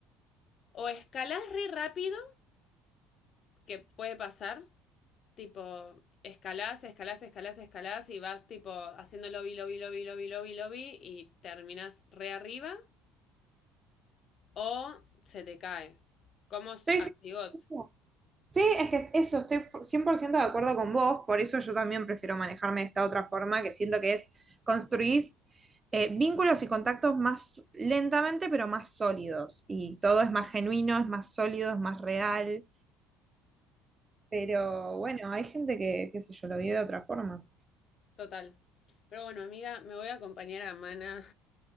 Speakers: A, on the left; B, on the right.
A: O escalás re rápido, que puede pasar, tipo, escalás, escalás, escalás, escalás y vas tipo haciendo lobby, lobby, lobby, lobby, lobby, lobby y terminás re arriba o se te cae, como s-
B: Estoy
A: a
B: 100%.
A: Sigot.
B: Sí, es que eso, estoy 100% de acuerdo con vos, por eso yo también prefiero manejarme de esta otra forma, que siento que es construir vínculos y contactos más lentamente, pero más sólidos. Y todo es más genuino, es más sólido, es más real. Pero bueno, hay gente que, qué sé yo, lo vive de otra forma.
A: Total. Pero bueno, amiga, me voy a acompañar a Mana a